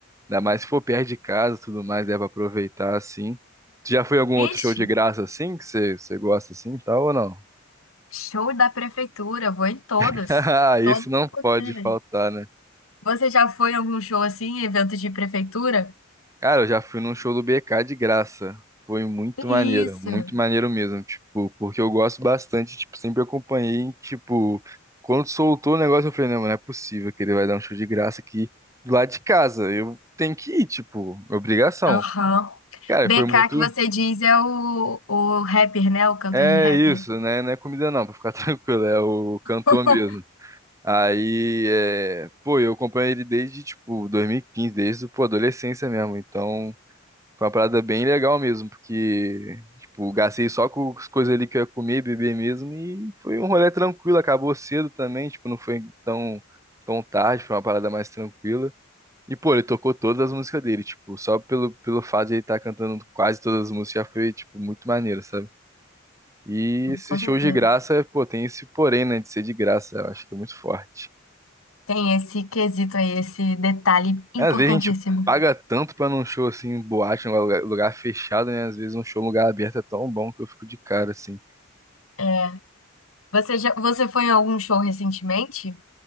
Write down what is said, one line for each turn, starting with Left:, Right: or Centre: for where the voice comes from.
Right: Ainda mais se for perto de casa, e tudo mais, dá pra aproveitar assim. Tu já foi em algum outro
Left: Ixi,
Right: show de graça assim, que você você gosta assim e tal ou não?
Left: show da prefeitura, vou em todos,
Right: <laughs> Isso
Left: todos
Right: não
Left: possíveis.
Right: pode faltar, né?
Left: Você já foi em algum show assim, evento de prefeitura?
Right: Cara, eu já fui num show do BK de graça. Foi muito maneiro,
Left: Isso.
Right: muito maneiro mesmo, tipo, porque eu gosto bastante, tipo, sempre acompanhei, tipo, quando soltou o negócio eu falei, não, não é possível que ele vai dar um show de graça aqui do lado de casa. Eu tenho que ir, tipo, obrigação.
Left: Aham.
Right: Cara,
Left: BK
Right: foi muito.
Left: que você diz é o, o rapper, né? O cantor
Right: É
Left: de rapper.
Right: isso, né? Não é comida não, pra ficar <laughs> tranquilo, é o cantor
Left: <laughs>
Right: mesmo. Aí, é... pô, eu acompanho ele desde, tipo, 2015, desde, pô, adolescência mesmo. Então, foi uma parada bem legal mesmo, porque, tipo, gastei só com as coisas ali que eu ia comer, beber mesmo, e foi um rolê tranquilo, acabou cedo também, tipo, não foi tão, tão tarde, foi uma parada mais tranquila. E, pô, ele tocou todas as músicas dele, tipo, só pelo, pelo fato de ele estar cantando quase todas as músicas já foi, tipo, muito maneiro, sabe? E esse
Left: Com
Right: show
Left: certeza.
Right: de graça, pô, tem esse porém, né, de ser de graça, eu acho que é muito forte.
Left: Tem esse quesito aí, esse detalhe importantíssimo.
Right: É, às vezes a gente paga tanto pra num show assim, boate, em um lugar, lugar fechado, né? Às vezes um show em lugar aberto é tão bom que eu fico de cara assim.
Left: É, Você já, você foi em algum show recentemente?